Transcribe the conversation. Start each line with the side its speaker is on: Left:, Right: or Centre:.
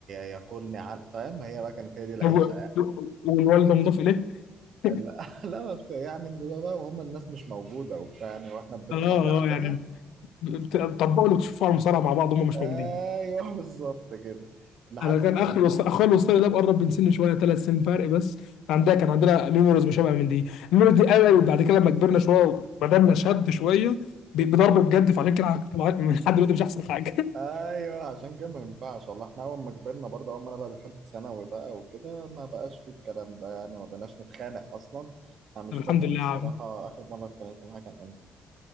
Right: ياكلني على فاهم هي بقى كانت هي دي العيشه
Left: طب و- والوالده مضاف اليه <laughs>
Right: لا <laughs> لا ما بت... يعني بيبقى بقى وهم الناس مش موجوده وبتاع يعني واحنا البيت
Left: اه
Right: فاضي
Left: اه يعني
Right: علينا
Left: بت- بتطبقوا اللي بتشوفوه على المصارعه مع بعض هم مش
Right: ايوه
Left: موجودين
Right: <laughs> بالظبط كده لحد
Left: انا كان اخر وص... اخويا الوسطاني ده مقرب من سني شويه ثلاث سنين فرق بس عندها كان عندنا ميموريز مشابهه من دي الميموريز دي قوي بعد كده لما كبرنا شويه وبدأنا شد شويه ب- بضرب بجد فعشان كده ع- من لحد دلوقتي مش احسن حاجه <laughs>
Right: ايوه عشان كده ما ينفعش والله احنا اول ما كبرنا برضه اول ما انا بقى دخلت ثانوي بقى وكده ما بقاش في الكلام ده يعني ما بقناش نتخانق اصلا انا مش
Left: طب الحمد
Right: فاكر
Left: لله
Right: الصراحه
Left: يا عم
Right: اخر مره اتخانقت معاها كان امتى